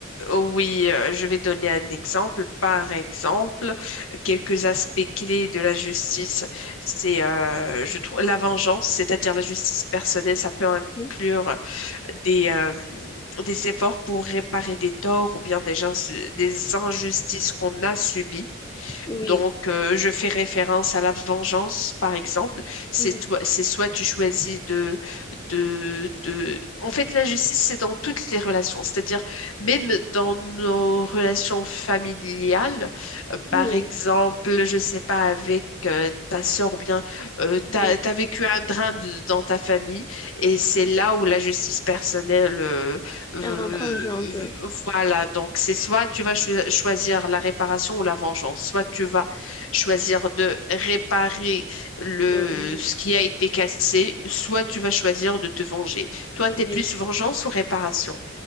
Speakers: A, on the left (about 80°); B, on the left (about 20°).
A: oui, euh, je vais donner un exemple. Par exemple, quelques aspects clés de la justice, c'est, euh, je trouve, la vengeance, c'est-à-dire la justice personnelle, ça peut inclure
B: Hmm,
A: des, euh, des efforts pour réparer des torts ou bien des gens, des injustices qu'on a subies.
B: Oui,
A: Donc, euh, je fais référence à la vengeance, par exemple. C'est
B: oui,
A: toi, c'est soit tu choisis de, de, de. En fait, la justice, c'est dans toutes les relations. C'est-à-dire, même dans nos relations familiales, euh,
B: oui.
A: par exemple, je sais pas, avec euh, ta sœur ou bien euh,
B: Oui.
A: t'as, t'as vécu un drame de- dans ta famille et c'est là où la justice personnelle euh, euh,
B: Elle rentre en jeu un peu.
A: voilà, donc c'est soit tu vas cho- choisir la réparation ou la vengeance, soit tu vas choisir de réparer le,
B: Oui,
A: ce qui a été cassé, soit tu vas choisir de te venger. Toi,
B: oui.
A: t'es plus vengeance ou réparation?